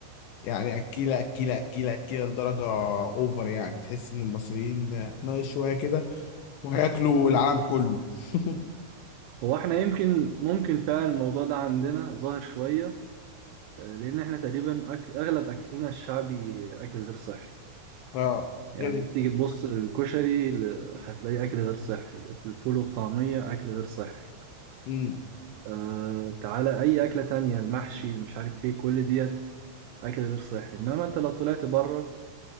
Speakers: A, on the left; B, on the right.
A: يعني اكيله اكيله اكيله اكيله لدرجه اوفر يعني تحس ان المصريين ناقص شويه كده وهياكلوا العالم كله <laughs>
B: هو احنا يمكن ممكن فعلا الموضوع ده عندنا ظاهر شوية آه، لأن احنا تقريبا أكل أغلب أكلنا الشعبي أكل غير صحي
A: اه
B: يعني
A: غير
B: تيجي تبص الكشري ل- هتلاقيه أكل غير صحي الفول والطعمية أكل غير صحي
A: امم
B: أه تعالى أي أكلة تانية المحشي اللي مش عارف إيه كل ديت أكل غير صحي إنما أنت لو طلعت بره